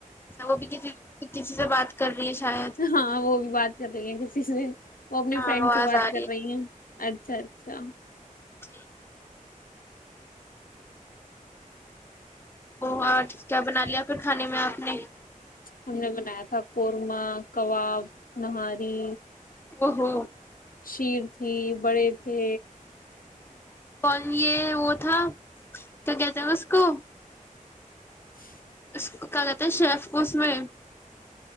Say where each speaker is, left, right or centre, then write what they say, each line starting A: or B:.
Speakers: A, on the left (about 15°); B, on the left (about 85°).
A: ا وہ بھی کسی کسی سے بات کر رہی ہے شاید
B: ہاں وہ بھی بات کر رہی ہیں کسی سے وہ اپنی
A: ہاں
B: فرینڈ
A: آواز
B: سے بات
A: آ
B: کر رہی ہیں اچھا اچھا
A: جی وہ اور کیا بنا لیا کھانے میں آپ نے
B: ہم نے بنایا تھا قورمہ کباب نہاری
A: او ہو
B: شیر تھی بڑے تھے
A: کون یہ وہ تھا تو کہتے اس کو
B: <inaudible>
A: اس کہتے ہیں شیف کو اس میں